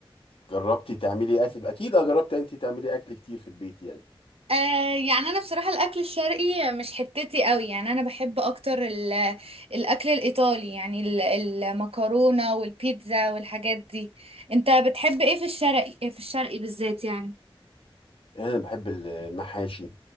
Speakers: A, on the left; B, on the right.
A: جربتي تعملي اكل اكيد آه، جربت انت تعملي اكل كتير في البيت يعني
B: آه يعني انا بصراحة الاكل الشرقي مش حتتي قوي يعني انا بحب اكتر ال- الاكل الايطالي يعني ال- المكرونة والبيتزا والحاجات دي انت بتحب ايه في الشرقي إيه في الشرقي بالذات يعني
A: انا بحب المحاشي